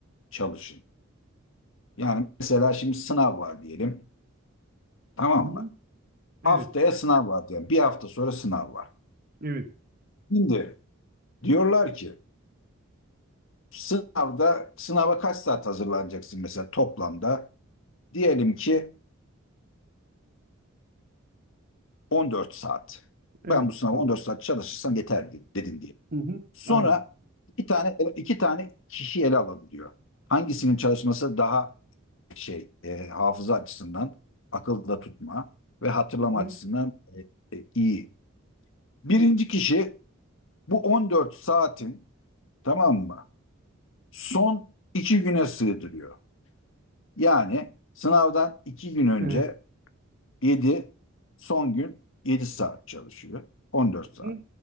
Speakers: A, on the left; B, on the right.
A: çalışın. Yani mesela şimdi sınav var diyelim. Tamam
B: Hı hı.
A: mı?
B: Evet.
A: Haftaya sınav var diyelim. Bir hafta sonra sınav var.
B: Evet.
A: Şimdi diyorlar ki sınavda sınava kaç saat hazırlanacaksın mesela toplamda? Diyelim ki 14 saat.
B: Evet.
A: Ben bu sınava
B: Tamam.
A: 14 saat çalışırsam yeter de- dedin diye.
B: Hı hı.
A: Sonra
B: Aynı.
A: iki tane iki tane kişi ele alalım diyor. Hangisinin çalışması daha şey e, hafıza açısından akılda tutma ve hatırlama
B: Hı hı.
A: açısından e, e, iyi. Birinci kişi Bu 14 saatin tamam mı? Son 2 güne sığdırıyor. Yani sınavdan 2 gün önce
B: Evet.
A: 7, son gün 7 saat çalışıyor. on dört saat.
B: Hı hı.